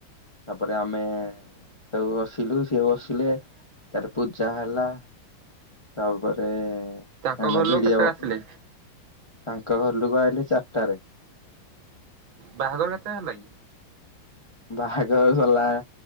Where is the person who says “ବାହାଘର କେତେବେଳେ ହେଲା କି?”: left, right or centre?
Right